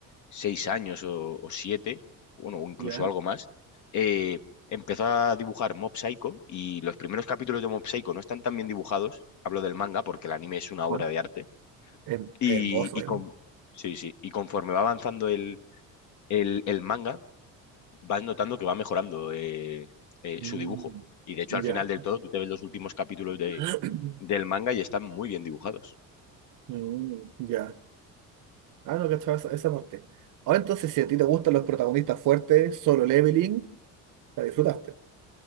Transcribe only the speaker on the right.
Ya,
ah,
her-
hermoso
él.
Mm,
Ya.
<clears throat>
Mm, Ya. Ah, no, cachaba esa, esa parte. Ahora entonces, si a ti te gustan los protagonistas fuertes, Solo Leveling, la disfrutaste.